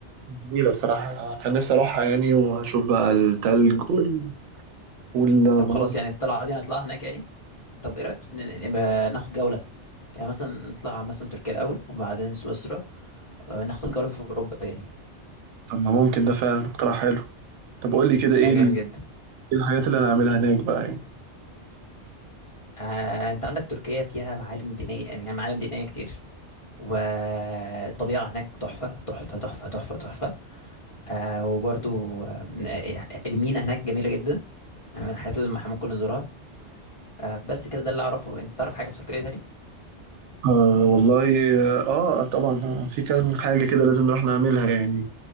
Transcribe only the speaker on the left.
طب خلاص يعني الطلعة دي نطلعها هناك يعني طب ايه رأيك ن- نبقى ناخد جولة يعني مثلا نطلع مثلا تركيا الأول وبعدين سويسرا آه، ناخد جولة في أوروبا يعني
ده
جامد
جدا
آه، انت عندك تركيا فيها معالم دينية يعني معالم دينية كتير والطبيعة هناك تحفة تحفة تحفة تحفة تحفة آه، وبرضو آه، المينا هناك جميلة جدا يعني من الحاجات اللي احنا ممكن نزورها آه، بس كده ده اللي أعرفه انت تعرف حاجة في تركيا تاني؟